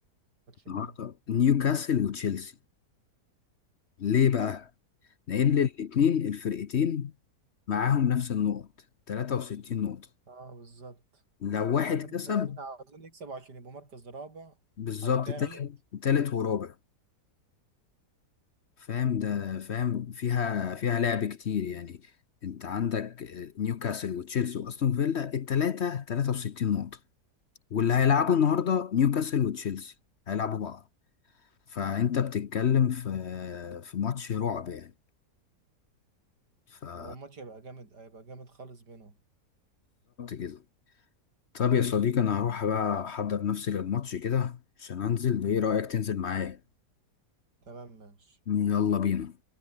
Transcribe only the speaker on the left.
النهارده
نيوكاسل وتشيلسي ليه بقى لان
الاتنين الفرقتين معاهم نفس النقط 63 نقطه
لو واحد
كسب
بالظبط
تالت تالت ورابع فاهم ده فاهم فيها فيها لعب كتير يعني انت عندك آه، نيوكاسل وتشيلسي واستون فيلا التلاتة 63 نقطة واللي هيلعبوا النهارده نيوكاسل وتشيلسي هيلعبوا بعض فانت بتتكلم في في ماتش رعب يعني فبالظبط
كده طب يا صديقي انا هروح بقى احضر نفسي للماتش كده عشان انزل ايه رأيك تنزل معايا
يلا بينا